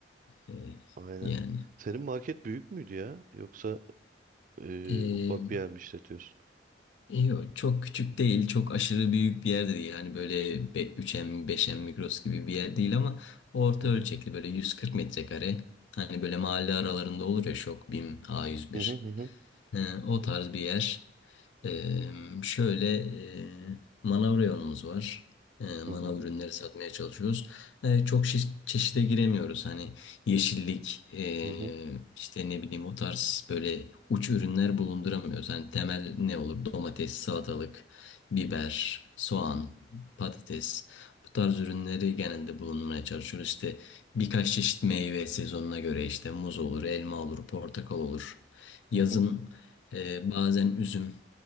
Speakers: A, on the left; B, on the right.
A: E,
B: Aynen.
A: yani.
B: Senin market büyük müydü ya? Yoksa e,
A: E,
B: ufak bir yer mi işletiyorsun?
A: yok, çok küçük değil, çok aşırı büyük bir yer de değil. Hani böyle be, 3M, beş m Migros gibi bir yer değil ama orta
B: Hı hı.
A: ölçekli böyle 140 metrekare. Hani böyle mahalle aralarında olur ya Şok, BİM, A101.
B: Hı hı hı hı.
A: He, o tarz bir yer. Ee, şöyle e, manav reyonumuz var. Ee, manav
B: Hı hı.
A: ürünleri satmaya çalışıyoruz. Ee, çok şi- çeşide giremiyoruz. Hani yeşillik, e,
B: Hı hı.
A: işte ne bileyim o tarz böyle uç ürünler bulunduramıyoruz. Hani temel ne olur? Domates, salatalık, biber, soğan, patates. Bu tarz ürünleri genelde bulundurmaya çalışıyoruz. İşte birkaç çeşit meyve sezonuna göre işte muz olur, elma olur, portakal olur. Yazın
B: Hı hı.
A: e, bazen üzüm.